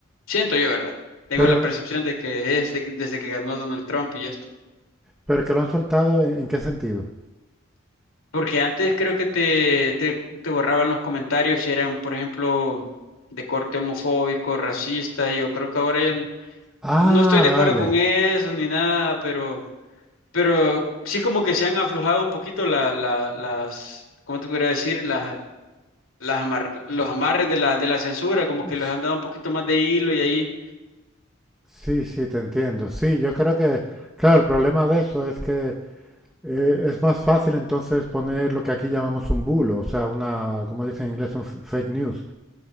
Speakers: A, on the left (about 80°); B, in the centre.
A: siento yo, ¿verdad? Tengo
B: Pero,
A: la percepción de que es de- desde que ganó Donald Trump y esto.
B: pero que lo han soltado, ¿en, en qué sentido?
A: Porque antes creo que te, te, te borraban los comentarios si eran, por ejemplo, de corte homofóbico, racista, y yo creo que ahora ya n-
B: Ah,
A: no estoy de
B: vale.
A: acuerdo con eso ni nada, pero, pero sí como que se han aflojado un poquito la, la- las, ¿cómo te podría decir? Las, las amar- los amarres de la, de la censura, como
B: S-
A: que les han dado un poquito más de hilo y ahí.
B: Sí, sí, te entiendo. Sí, yo creo que, claro, el problema de eso es que eh, es más fácil entonces poner lo que aquí llamamos un bulo, o sea, una, como dicen en inglés, un f- fake news.